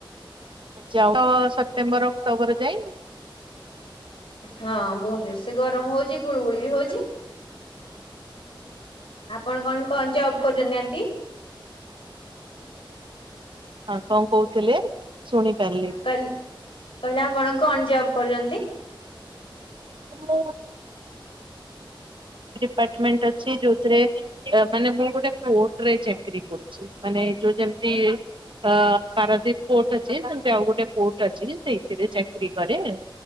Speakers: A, on the right; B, on the left.
A: ଯାଉ ସେପ୍ଟେମ୍ବର ଅକ୍ଟୋବର ଯାଇନି
B: ହଁ ବହୁତ ଜୀ ଗରମ ହଉଛି ଗୁଳୁ ଗୁଳି ବି ହଉଛି। ଆପଣ କଣ କ ଜବ କରୁଛନ୍ତି ଆଣ୍ଟି।
A: ହଁ କଣ କହୁଥିଲେ। ଶୁଣି ପାରିଲି
B: ହଁ କହିଲି କହିଲେ ଆପଣ କଣ ଯ କରଛନ୍ତି।
A: <inaudible> ଡିପାର୍ଟମେଣ୍ଟ ଅଛି ଯୋଉଥିରେ ମାନେ ମୁଁ ଗୋଟେ ପୋର୍ଟରେ ଚାକିର କରୁଛି ମାନେ ଯୋଉ ଯେମତି ପାରାଦୀପ ପୋର୍ଟ ଅମ ଆଉ ଗୋଟେର୍ଟ ଅଛି ସେଇଥିରେ ଚାକିର କରେ।